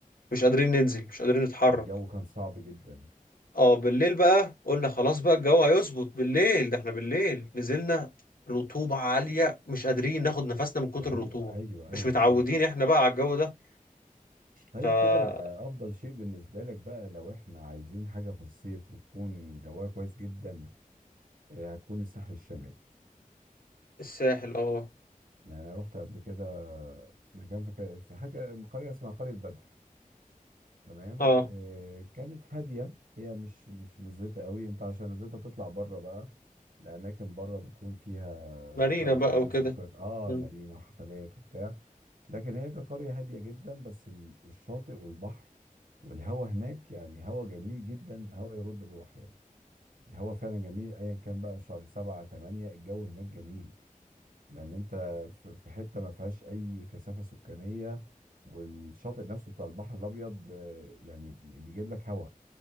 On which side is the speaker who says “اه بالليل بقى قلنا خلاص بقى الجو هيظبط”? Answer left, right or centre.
Left